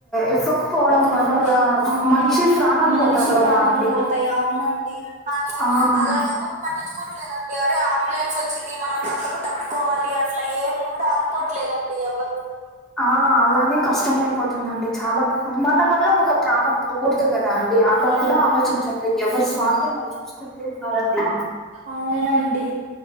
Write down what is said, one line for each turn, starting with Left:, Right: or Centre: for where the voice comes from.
Centre: ఇవ్వకపోవడం
Right: ఒక
Centre: వల్ల
Right: మనిషి
Centre: వాళ్ళ
Right: ఆ
Centre: మనిషి ప్రాణాలు
Right: మనిషి
Centre: పోతారు కదా
Right: ప్రాణాలు
Centre: అండి.
Right: పోతాయి అవునండి కానీ
Centre: ఆ!
Right: అలా ఎవరు పట్టించుకోవట్లేదండి ఒరే అంబులెన్స్ వచ్చింది మనం పక్కకి తప్పుకోవాలి అట్లా ఏమి గూడ అనుకోవట్లేదండి ఎవ్వరు
Centre: ఆ అలానే కష్టమైపోతుందండి చాలా మన వల్ల ఒక ప్రాణం పోగుడదు కదా అ ది అలా కూడా ఆలోచించట్లేదు ఎవరు స్వార్థం వాళ్ళు చూసుకుంటూ ఉన్నారండి
Right: అవునండి